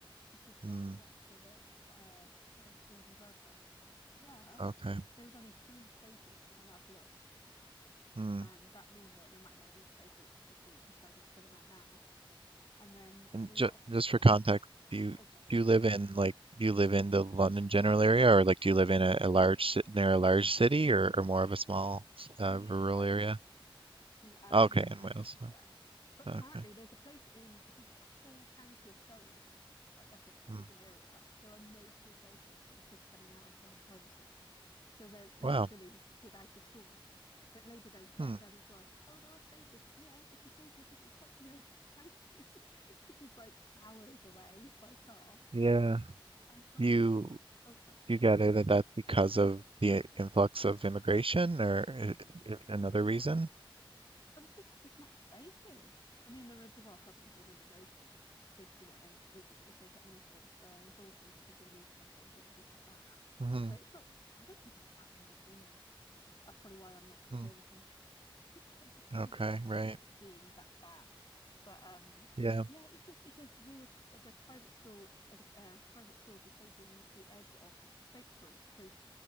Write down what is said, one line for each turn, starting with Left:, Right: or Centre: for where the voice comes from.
Left: which is why
Right: Hmm.
Left: we went to the uh the private schools in the first place. Plus,
Right: Okay.
Left: there was only three spaces when I last looked,
Right: Hmm.
Left: and that means that there might not be spaces if we decided to put them out now. And then and a
Right: Ju
Left: lot of people
Right: just for context,
Left: report.
Right: do you
Left: Oh, sorry,
Right: do you live in like do you live in the London general area, or like do you live in a, a large ci- near a large city, or, or more of a small uh,
Left: we live
Right: rural
Left: in Wales,
Right: area?
Left: We uh,
Right: Okay,
Left: we live in
Right: in
Left: Wales,
Right: Wales.
Left: yeah. But
Right: Okay.
Left: apparently, there's a place in I think it's a whole county of Surrey, like that's a huge
Right: Hmm.
Left: area. There are no school places for the kids coming out of um, private schools, so they're literally
Right: Wow.
Left: without a school. But Labour don't care.
Right: Hmm.
Left: They're just like, oh, there are spaces. Yeah, if you go to a different coun you know, <laughs> county, which is like hours away by car.
Right: Yeah.
Left: And the funny
Right: You
Left: thing is, oh, sorry.
Right: you got out of that that's because of the influx of immigration or i- i- another reason?
Left: But it's just there's not spaces. I mean, there are there are problems with immigration because you know then they, they take up more sports uh, resources because you'll need translators and things like that.
Right: hmm
Left: But it's not. I don't think it's that big a deal. That's probably why I'm not conservative.
Right: Mm.
Left: <laughs> I don't think
Right: Okay,
Left: of it as
Right: right.
Left: being that bad. But um,
Right: Yeah.
Left: yeah, it's just because we were uh, the private school edu- uh, private schools were taking the edge off the state schools because